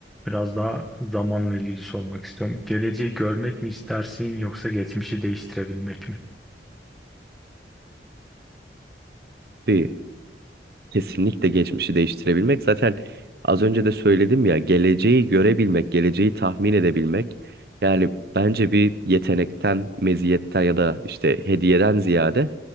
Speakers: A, in the centre; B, on the right.
A: biraz daha zamanla ilgili sormak istiyorum. Geleceği görmek mi istersin yoksa geçmişi değiştirebilmek mi?
B: Bir Kesinlikle geçmişi değiştirebilmek. Zaten az önce de söyledim ya geleceği görebilmek, geleceği tahmin edebilmek. Yani bence bir yetenekten, meziyetten ya da işte hediyeden ziyade